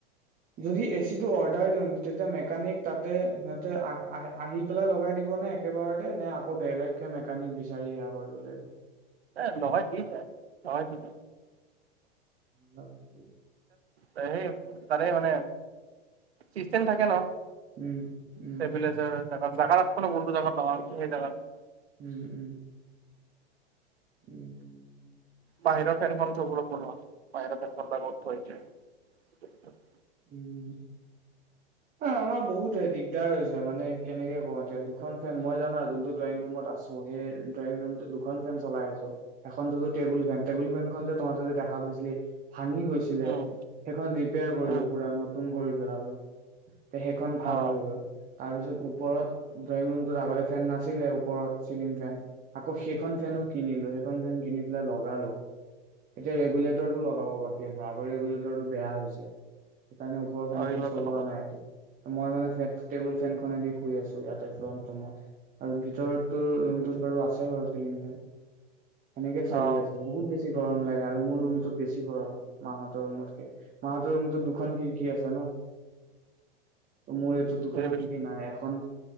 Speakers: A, on the right; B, on the right.
A: যদি এচিটো অৰ্ডাৰ দিওঁ, তেতিয়া মেকানিক তাতে তাতে আহি আহি পেলাই লগাই দিবনে একেবাৰতে নে আকৌ বেলেগকে মেকানিক বিচাৰিব লাগিব।
B: এ লগাই দিছে, লগাই দিব।
A: লগ ভাই দ <unintelligible>
B: সেই, তাৰে মানে চিষ্টেম থাকে ন।
A: উম, উম।
B: ষ্টেবিলাইজাৰ জাগা লাগব ন কোনটো জাগাত লগাম সেই জাগাতো।
A: উম, উম। উম,
B: বাহিৰৰ ফেনখন সব লগ বনোৱা, বাহিৰৰ ফেনখন ডাঙৰ থৈ যায়।
A: উম, আমাৰ বহুত দিগদাৰ হৈছে মানে কেনেকে কওঁ এতিয়া দুখন ফেন মই জানা যোনটো ড্ৰয়িং ৰুমত আছো সেই ড্ৰয়িং ৰুম দুখন ফেন চলাই আছো। এখনতো টেবুল ফেন, টেবুল ফেনখন যে তহঁতে যে দেখা পাইছিলি। ভাঙি গৈছিলে,
B: উম
A: সেইখন ৰিপেয়াৰ কৰিলো।
B: উম
A: নতুন কৰি পেলালো। তে সেইখন ভাল
B: অ'
A: হৈ গ'ল। তাৰপিছত ওপৰত, ড্ৰয়িং ৰুমটোত আগতে ফেন নাছিলে ওপৰত চিলিং ফেন আকৌ সেইখন ফেনো
B: উম,
A: কিনিলো সেইখন ফেন কিনি পেলাই লগালো এতিয়া ৰেগুলেটৰটো লগাব বাকি আছে আগৰ ৰেগুলেটৰটো বেয়া হৈছে। সেইকাৰণে ওপৰৰ ফেনখন
B: অ' এইবোৰতো
A: চলোৱা
B: নহ'ব।
A: নাই এতিয়া। মই মানে ফে টেবুল ফেনখনেদি শুই আছো ইয়াতে ফ্ৰন্ট ৰুমত আৰু ভিতৰতো ৰুমটোত বাৰু আছে বাৰু চিলিং ফেন। সেনেকে চলি
B: অ'
A: আছো বহুত বেছি। গৰম লাগে আৰু মোৰ ৰুমটো বেছি গৰম, মাহতৰ ৰুমতকে। মাহতৰ ৰুমটো খন খিৰিকী আছে ন। মোৰ এইটো দুখন
B: বুজি পাইছোঁ
A: খিৰিকী নাই, এখন